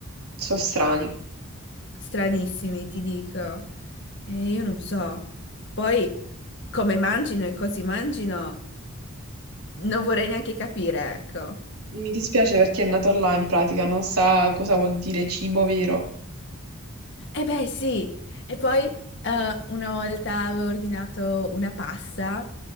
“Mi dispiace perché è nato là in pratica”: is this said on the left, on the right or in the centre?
Right